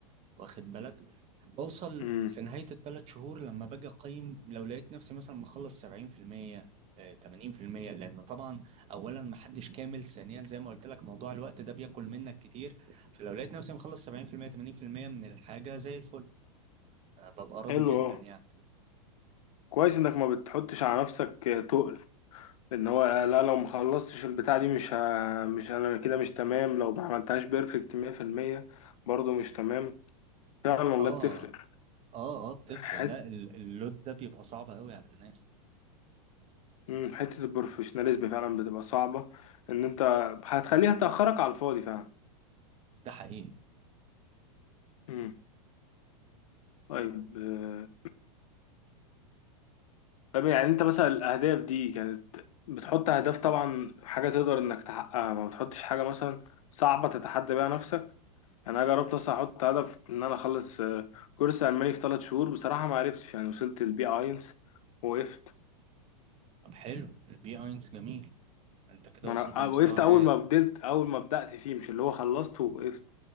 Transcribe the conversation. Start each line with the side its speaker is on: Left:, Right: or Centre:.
Right: واخد بالك بوصل
Left: امم
Right: في نهاية الثلاث شهور لما باجي أقيم لو لقيت نفسي مثلا مخلص 70% آه، 80% لأن طبعا أولا محدش كامل ثانيا زي ما قلت لك موضوع الوقت ده بياكل منك كتير فلو لقيت نفسي مخلص 70% 80% من الحاجة زي الفل آه، ببقى راضي
Left: حلو
Right: جدا
Left: اه
Right: يعني
Left: كويس انك ما بتحطش على نفسك تقل ان هو لا لو ما خلصتش البتاع دي مش ه... مش انا كده مش تمام لو ما عملتهاش بيرفكت 100% برضه مش تمام فعلا والله
Right: اه
Left: بتفرق
Right: اه اه بتفرق
Left: حت...
Right: لا ال- اللود ده بيبقى صعب قوي على الناس
Left: مم، حتة البروفيشناليزم فعلا بتبقى صعبة ان انت هتخليها تأخرك على الفاضي فعلا
Right: ده حقيقي
Left: مم. طيب آه، <clears throat> طيب يعني انت مثلا الاهداف دي كانت بتحط اهداف طبعا حاجة تقدر انك تحققها ما بتحطش حاجة مثلا صعبة تتحدى بيها انا جربت اصلا احط هدف ان انا اخلص آه، كورس الماني في ثلاث شهور بصراحه ما عرفتش يعني وصلت البي اينس وقفت
Right: طب حلو البي اينس جميل انت كده
Left: ما
Right: وصلت
Left: انا
Right: لمستوى
Left: آه، وقفت اول
Right: هاي
Left: ما بدلت اول ما بدات فيه مش اللي هو خلصت ووقفت